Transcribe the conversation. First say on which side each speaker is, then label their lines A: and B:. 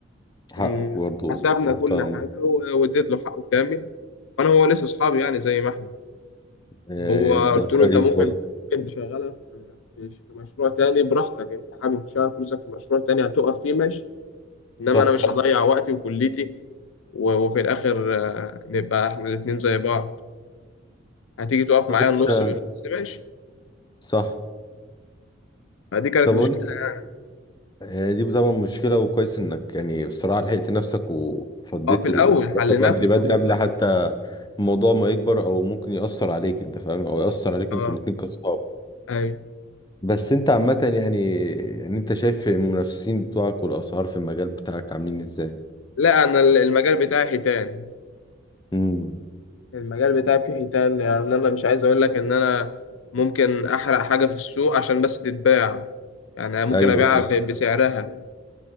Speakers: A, on the left; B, on the left.
A: حقك
B: مم.
A: برضو
B: حسبنا
A: مهتم
B: كل حاجة و- واديت له حقه كامل وأنا هو لسه أصحابي يعني زي ما إحنا
A: آه،
B: هو
A: ده
B: قلت
A: كويس
B: له أنت ممكن
A: برضو
B: ممكن تشغلها في في مشروع تاني براحتك أنت حابب تشغل فلوسك في مشروع تاني هتقف فيه ماشي إنما
A: صح
B: أنا مش هضيع وقتي وكليتي و- وفي الآخر آه، نبقى إحنا الاتنين زي بعض هتيجي تقف
A: طب
B: معايا
A: انت
B: النص بالنص ماشي
A: صح
B: فدي كانت
A: طب
B: مشكلة
A: وانت
B: يعني.
A: آه، دي طبعا مشكلة وكويس انك يعني بصراحة لحقت نفسك وفضيت
B: اه في الأول
A: الشراكة
B: حليناها
A: بدري
B: في الأول
A: بدري قبل
B: طبعا
A: حتى الموضوع ما يكبر او ممكن يأثر عليك انت فاهم او يأثر عليكم
B: اه
A: انتوا الاتنين كصحاب
B: أيوه
A: بس انت عامة يعني يعني انت شايف المنافسين بتوعك والاسعار في المجال بتاعك عاملين ازاي
B: لا أنا المجال بتاعي حيتان
A: امم
B: المجال بتاعي فيه حيتان يعني انا مش عايز اقول لك ان انا ممكن احرق حاجه في السوق عشان بس تتباع يعني ممكن
A: ايوه
B: ابيعها
A: فاهم
B: ب- بسعرها